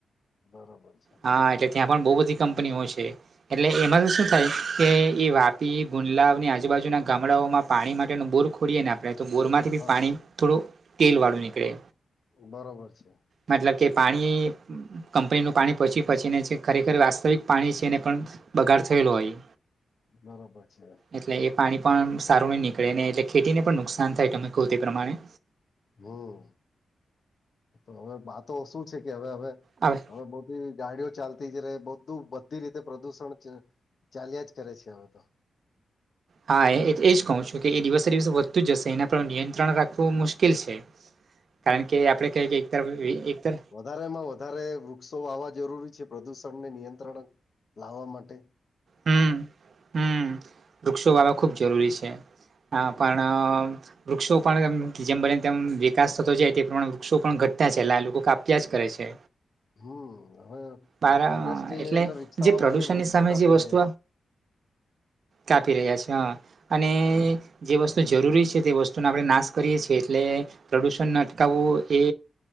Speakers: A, on the left; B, on the right.
A: બરોબર છે
B: હા એટલે ત્યાં પણ બહુ બધી કંપનીઓ છે. એટલે એમાં તો શું થાય કે એ વાપી ગુંડલાની આજુબાજુના ગામડાઓમાં પાણી માટેનો બોર ખો ખોડીએ ને આપણે તો બોરમાંથી બી
A: હા
B: પાણી થોડું તેલ વાળું નીકળે
A: બરોબર છે.
B: મતલબ કે પાણી કંપનીનું પાણી પહોચી પહચીને છે ખરેખર વાસ્તવિક પાણી છે ને પણ બગાડ થયેલો હોય
A: બરાબર છે.
B: એટલે એ પાણી પણ સારું નહી નીકળે નને એટલે ખેતીને પણ નુકસાન થાય તમે કહો તે પ્રમાણે.
A: હમ તો હવે વાતો શું છે કે હવે હવે,
B: અઆવે
A: હવે બધી ગાડીઓ ચાલતી જ ર બધું બધી રીતે પ્રદૂષણ છે. ચાલ્યા જ કરે છે હવે તો.
B: હા એ એજ કહું છું કે એ દિવસે દિવસ વધતું જશે એના પર નિયંત્રણ રાખવું મુશ્કેલ છે. કારણ કે આપડ ક કે એક તરફ એક તર
A: વધારે માં વધારે વૃક્ષો વાવા જરૂરી છે પ્રદૂષણને નિયંત્રણ લાવવા માટે,
B: હમ હમ વૃક્ષો વાળો ખૂબ જરૂરી છે હ પણ વૃક્ષો પણ જેમ બને તેમ વિકાસ થતો જાય તે પ્રમાણે વૃક્ષો પણ ઘટતા છે એટલે લોકો કાપ્યા જ કરે છે.
A: હમ હવે ઇન્ડસ્ટ્રીને
B: બાર એટલે
A: વિકસાવવા
B: જે પ્રદુષણની
A: માટે વૃક્ષો
B: સામે
A: કાપી
B: જે વસ્તુ
A: રહ્યા છે.
B: કાપી રહ્યા છે હા અને
A: બરોબર
B: જે વસ્તુ જરૂરી છે તે વસ્તુનો આપણે નાશ કરીએ છીએ એટલે પ્રદુષણ અટકાવવું એ